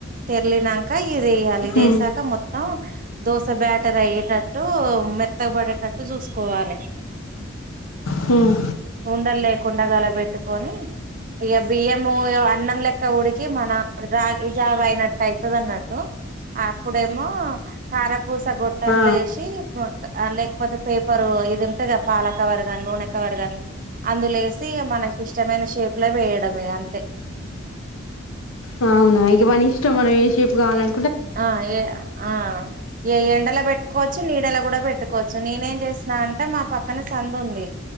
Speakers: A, on the right; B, on the left.
A: తెర్లినంక ఇది వేయాలి ఇది
B: హ్మ్
A: వసాక మొత్తం దోస బ్యాటర్ అయ్యేటట్టు మెత్తగబడేటట్టు చూసుకోవాలి
B: హ్మ్
A: ఉండలు లేకుడాగా అలా పెట్టుకొని ఇక బియ్యము ఇ అన్నం లెక్క ఉడికి మన రాగి జాగ అయినట్టు అవుతుది అన్నట్టు అప్పుడేమో కారపూస గొట్టంలో
B: ఆ
A: వేసి లేకపోతే పేపరు ఇది ఉంటే కదా పాలకవర్ కాని నూనె కవర్ కాని అందులో వసి మనకి ఇష్టమైన షేప్ అట్లా వేయడమే అంతే
B: వునా ఇగ మనా ఇష్టం మన చెప్పుగావాలం
A: ఆ ఏ ఆ ఏ ఎండల పెట్టుకోవచ్చు నీడలో కూడా పెట్టుకోవచ్చు నేనేం చేసినా అంటే మా పక్కన సందు ఉంది